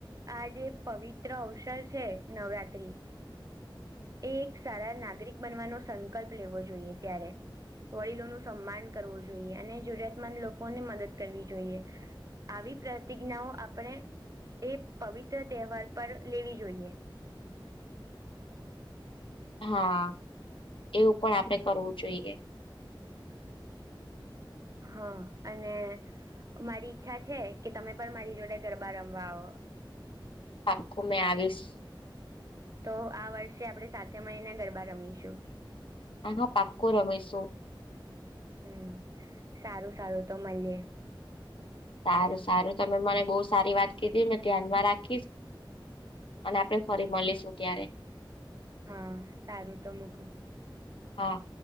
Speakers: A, on the right; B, on the left.
A: આ જે પવિત્ર અવસર છે નવરાત્રી એ એક સારા નાગરિક બનવાનો સંકલ્પ લેવો જોઈએ ત્યારે વડીલોનું સન્માન કરવું જોઈએ અને જરૂરિયાતમંદ લોકોને મદદ કરવી જોઈએ આવી પ્રતિજ્ઞાઓ આપણે એ પવિત્ર તહેવાર પર લેવી જોઈએ
B: હા એવું પણ આપડે કરવું જોઈએ
A: હા અને મારી ઈચ્છા છે કે તમે પણ મારી જોડે ગરબા રમવા આવો
B: પાકું મે આવીશ
A: તો આ વર્ષે આપણે સાથે મહિના ગરબા રમીશું
B: આ હા પાક્કુ રમિશુ
A: હમ સારું સારું તો મળીએ
B: સારું
A: પછી
B: સારું તમે મને બહુ સારી વાત કીધી મે ધ્યાનમાં રાખીશ અને આપડણે ફરી મળીશું ત્યારે
A: હા સારું તો મૂકું
B: હા